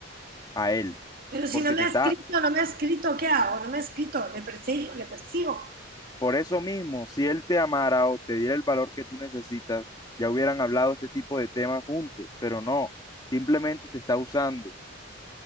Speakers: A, on the left; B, on the right.
A: a él,
B: Pero si
A: porque
B: no me
A: te
B: ha
A: está
B: escrito, no me ha escrito, ¿qué hago? No me ha escrito, le persigo, le persigo.
A: Por eso mismo, si él te amara o te diera el valor que tú necesitas, ya hubieran hablado este tipo de temas juntos, pero no, simplemente te está usando.